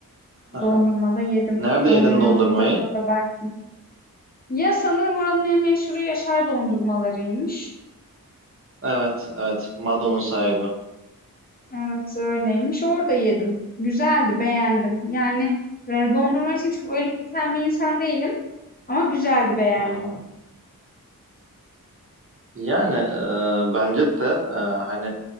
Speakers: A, on the right; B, on the left.
A: <laughs>
B: Dondurma da yedim.
A: Nerede
B: Dondurmanızın
A: yedin dondurmayı?
B: tadına da baktım. Ya sanırım oranın en meşhuru Yaşar dondurmalarıymış.
A: Evet evet. Mado'nun sahibi.
B: Evet öyleymiş. Orada yedim. Güzeldi, beğendim. Yani e, dondurma için çok öyle biten bir insan değilim ama güzeldi, beğendim.
A: Hı hı. Yani e, bence de e, hani